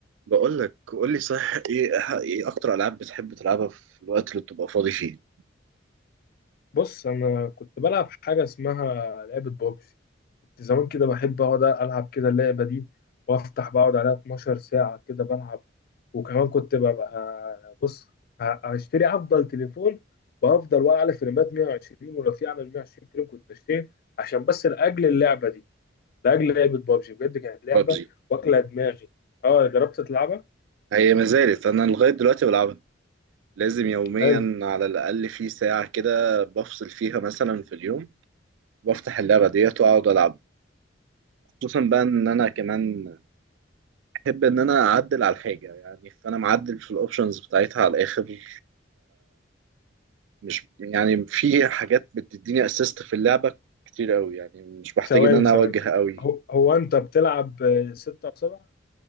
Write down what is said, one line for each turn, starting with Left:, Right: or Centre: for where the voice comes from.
Right: بقول لك قول لي صح ايه ايه اكتر العاب بتحب تلعبها في الوقت اللي بتبقى فاضي فيه
Left: بص انا كنت بلعب حاجه اسمها لعبه بابجي كنت زمان كده بحب اقعد العب كده اللعبه دي وافتح بقعد عليها 12 ساعه كده بلعب وكمان كنت ببقى بص ه- هشتري افضل تليفون بافضل واقع على فريمات 120 ولو في اعمل 120 فريم كنت اشتري عشان بس لاجل اللعبه دي لاجل لعبه بابجي بجد كانت لعبه
Right: بابجي
Left: واكله دماغي اه جربت تلعبها
Right: هي ما زالت انا لغايه دلوقتي بلعبها لازم يوميا
Left: حلو
Right: على الاقل في ساعه كده بفصل فيها مثلا في اليوم بفتح اللعبه ديت واقعد العب خصوصا بقى ان انا كمان احب ان انا اعدل على الحاجه يعني فانا معدل في الاوبشنز بتاعتها على الاخر مش يعني في حاجات بتديني اسيست في اللعبه كتير قوي يعني مش بحتاج
Left: ثواني
Right: ان انا
Left: ثواني
Right: اوجه قوي
Left: هو, هو انت بتلعب آه، ستة اصابع